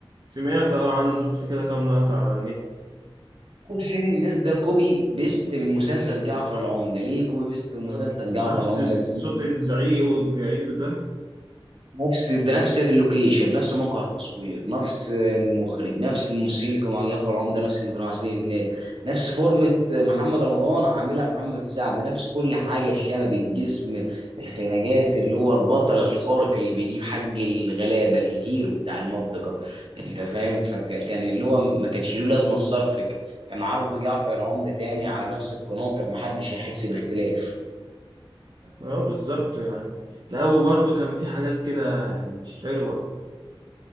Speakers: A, on the right; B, on the right.
A: سمعت اه عنه شفت كده كام لقطة على النت
B: كوب سيد الناس ده كوبي بيست من مسلسل جعفر العمدة ليه كوبي بيست من
A: بالظبط
B: مسلسل جعفر
A: نفس
B: العمدة
A: صوت الزعيق والجعير ده
B: نفس ده نفس اللوكيشن نفس موقع التصوير نفس المخرج نفس الممثلين اللي كانوا مع جعفر عمده نفس اللي كانوا مع سيد الناس نفس فورمة محمد رمضان عاملها محمد سعد نفس كل حاجة الشنب الجسم الخناجات اللي هو البطل الخارق اللي بيجيب حق الغلابة الهيرو بتاع المنطقة انت فاهم فكان اللي هو ما كانش له لازمة الصرف كان عرض جعفر العمده تاني على نفس القناة كان محدش يحس باختلاف
A: اه بالظبط يعني لا وبرضه كان في حاجات كده يعني مش حلوة